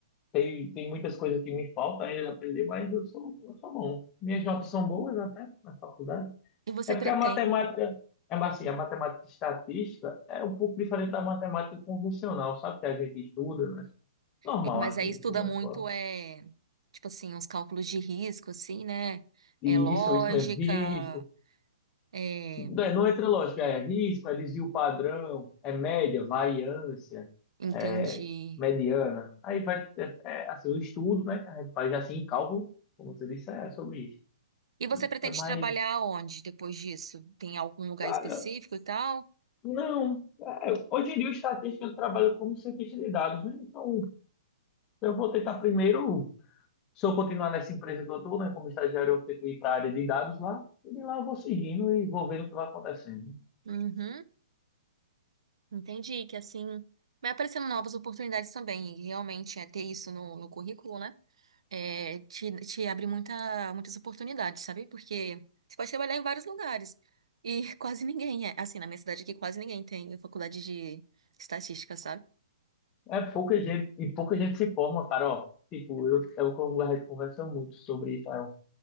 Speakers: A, on the left; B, on the right.
A: tem, tem muitas coisas que me faltam ainda de aprender, mas eu sou, eu sou bom. Minhas notas são boas até na faculdade.
B: E você
A: É porque
B: pretende?
A: a matemática, é assim, a matemática estatística é um pouco diferente da matemática convencional, sabe? Que a gente estuda, né? Normal,
B: É, mas
A: assim,
B: aí estuda
A: estuda
B: muito,
A: na escola.
B: é, tipo assim, os cálculos de risco, assim, né?
A: E
B: É lógica,
A: isso, isso mesmo, risco.
B: é,
A: Não, é- não entra lógica, é risco, é desvio padrão, é média, variância,
B: entendi.
A: é mediana. Aí vai, é, é, assim, o estudo, né, que a gente faz assim, em cálculo, como você disse, é sobre isso.
B: E você pretende
A: É mais,
B: trabalhar onde depois disso? Tem algum lugar
A: cara,
B: específico e tal?
A: não. é, hoje em dia o estatístico ele trabalha como cientista de dados, né? Então, Eu vou tentar primeiro, se eu continuar nessa empresa que eu estou, né, como estagiário, eu tento ir para a área de dados lá, e de lá eu vou seguindo e vou vendo o que vai acontecendo.
B: Uhum, entendi que assim vai aparecendo novas oportunidades também, e realmente é ter isso no, no currículo, né? é, te, te abre muita, muitas oportunidades, sabe? Porque você pode trabalhar em vários lugares. E <laughs> quase ninguém é. Assim, na minha cidade aqui, quase ninguém tem faculdade de estatística, sabe?
A: É pouca gente, e pouca gente se forma, cara, ó. Tipo, eu, é o que eu- a conversa muito sobre isso, Aaron.